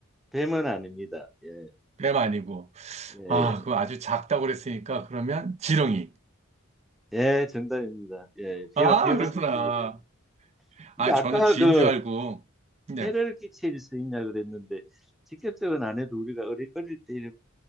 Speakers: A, in the centre; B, on the right (about 30°).
A: 뱀은 아닙니다. 예,
B: 뱀 아니고.
A: 예,
B: 아, 그거 아주 작다고 그랬으니까 그러면 지렁이.
A: 예, 예, 정답입니다. 예, 비,
B: 아,
A: 와- 비 왔을
B: 그렇구나.
A: 때. 이런. 근데
B: 아,
A: 아까
B: 저는 쥐인
A: 그,
B: 줄 알고. 네.
A: 해를 끼칠 수 있냐 그랬는데 직접적은 안 해도 우리가 어릴, 어릴 때 이를